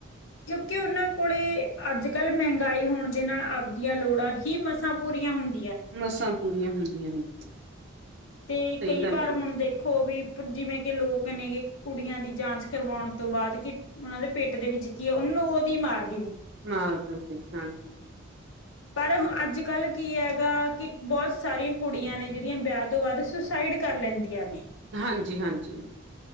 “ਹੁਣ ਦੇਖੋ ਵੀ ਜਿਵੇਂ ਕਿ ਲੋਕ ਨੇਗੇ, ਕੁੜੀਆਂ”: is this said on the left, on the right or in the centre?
Left